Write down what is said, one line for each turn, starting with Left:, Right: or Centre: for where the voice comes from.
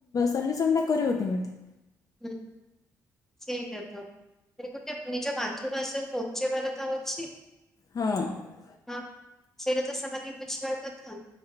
Left: ସଲ୍ୟୁସନଟା କରିବ କେମିତି
Centre: ହୁଁ ସେଇଟା ତ, ସେ ଗୋଟେ ନିଜ ମାତୃଭାଷାକୁ ବଞ୍ଚେଇବାର ତ ଅଛି।
Left: ହଁ
Centre: ହଁ, ସେ ରାଜସମାଧି ବୁଝିବା କଥା।